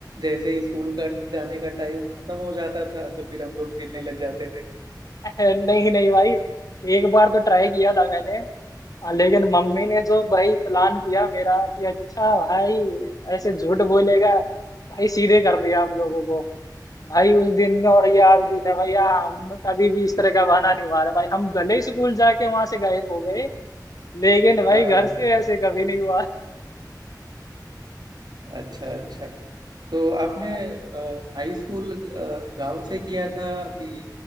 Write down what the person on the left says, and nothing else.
<laughs> नहीं नहीं भाई एक बार तो ट्राई किया था मैंने हाँ, लेकिन मम्मी ने जो भाई प्लान किया मेरा कि अच्छा भाई ऐसे झूठ बोलेगा भाई सीधे कर दिया आप लोगों को भाई उस दिन में और ये आज दिन है भैया हमने कभी भी इस तरह का बहाना नहीं मारा भाई हम भले ही स्कूल जाके वहां से गायब हो गए लेकिन भाई
घर से ऐसे कभी नहीं हुआ
हाँ,